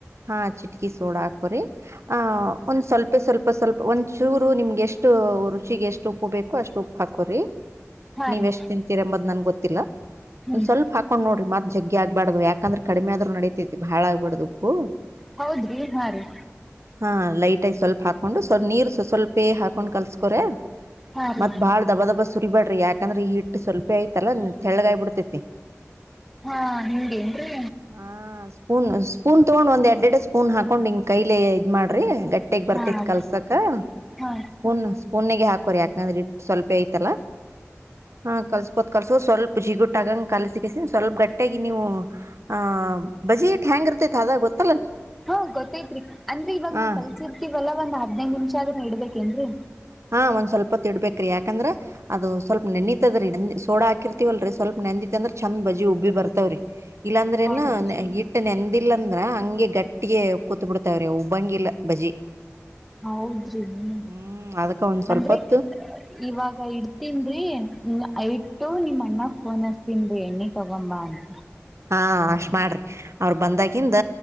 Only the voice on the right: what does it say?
ಹ ಚಿಟಕಿ ಸೋಡಾ ಹಾಕೋರಿ ಆ ಒಂದ್ ಸ್ವಲ್ಪ ಉಪ್ಪ ಸ್ವಲ್ಪ ಸ್ವಲ್ಪ ಒಂದ್ ಚೂರು ನಿಮ್ಗೆ ಎಷ್ಟು ರುಚಿಗೆ ಎಷ್ಟು ಉಪ್ಪು ಬೇಕು ಅಷ್ಟು ಉಪ್ಪು ಹಾಕೋ್ರಿ
ನೀವ್
ಎಷ್ಟ್ ತಿಂತೀರಿ ಎಂಬದ್ ನನ್ ಗೊತ್ತಿಲ್ಲ
ಒಂದ್ ಸ್ವಲ್ಪ ಹಾಕೊಂಡ್ ನೋಡ್ರಿ ಮತ್ ಜಗ್ಗಿ ಆಗ್ಬಾರ್ದ ಯಾಕಂದ್ರ ಕಡಿಮೆ ಆದ್ರರು ನಡಿತತೈತಿ ಬಾಳ ಆಗ್ಬಾರ್ದ ಉಪ್ಪು
ಹಾ ಲೈಟ್ ಆಗ ಸ್ವಲ್ಪ ಹಾಕೊಂಡು ಸ್ ನೀರ್ ಸ್ವಲ್ಪೇ ಹಾಕೊಂಡ್ ಕಲ್ಸ್ಕೋ್ರ
ಮತ್ತತ್ ಬಾಳ ದಬಾ ದಬಾ ಸುಲ್ ಬಿೇಡ್ರಿ ಯಾಕಂದ್ರೆ ಹಿಟ್ಟ ಸ್ವಲ್ಪೇ ಐತಲ್ಲ ತೆಳ್ಗಾಯಬ ಬಿಡ್ತೇತಿ
ಹಾ ಸ್ಪೂನ್ ಸ್ಪೂನ್ ತೊಂಡ ಒಂದ ಅಡ್ ದಡ್ಡ ಸ್ಪೂನ್ ಹಾಕೊಂಡ್ ಹಿಂಗ್ ಕೈಲೆ ಇದ್ ಮಾಡ್ರಿ ಗಟ್ಟಿಗ್ ಬರ್ತೈತ್
ಕಲ್ಸಕ
ಸ್ಪೂನ್ ಸ್ಪೂನ್ಿಗೆ ಹಾಕೋರಿಿ ಯಾಕಂದ್ರೆ ಇ ಸ್ವಲ್ಪ ಐತಲ್ಲ ಹಾ ಕಲ್ಸ್ಕೋತ್ ಕಲ್ಸಕೋ್ ಸ್ವಲ್ಪ ಜಿಗುಟ್ಟಾಗಂಗ ಕಾಲ ಸಿಗಸ ಸ್ವಲ್ಪ ಗಟ್ಟಾಗಿ ನೀವು ಆ್ ಬಜೆಟ್ ಹ್ಯಾಂಗ್ ಇರ್ತೈ ಆದಾಗ ಗೊತ್ತ
ಹ
ಹಾ ಒಂದ್ ಸ್ವಲ್ಪ ತಿಡ್ಬೇಕ್ರಿ ಯಾಕಂದ್ರ ಅದು ಸ್ವಲ್ಪ ನೆನೆತತಿ ರೀ ನ ಸೋಡ ಹಾಕಿರ್ತಿವಲ್ರಿ ಸ್ವಲ್ಪ ನೆಂದ ಚಂದ ಬಜಿ ಉಬ್ಬಿ ಬರ್ತವ್ರಿ ಇಲ್ಲಾಂದ್ರೆ
ಏ ಹಿಟ್ಟ ನೆಂದಿಿಲ್ಲ ಅಂದ್ರಂಗ ಗೆ ಗಟ್ಟಿಗೆ ಕೂತ್ ಬಿಡ್ತವ್ರಿ ಉಬ್ಬಂಗಿಿಲ್ಲ ಬಜಿ
ಹ್ಮ್ ಅದಕ್ಕ ಒಂದ್ ಸ್ವಲ್ಪ
ಹೊತ್ತು
ಹಾ ಅಷ್ಟ ಮಾಡ್ರಿ ಅವ್ರರು ಬಂದಾಗಿಂದ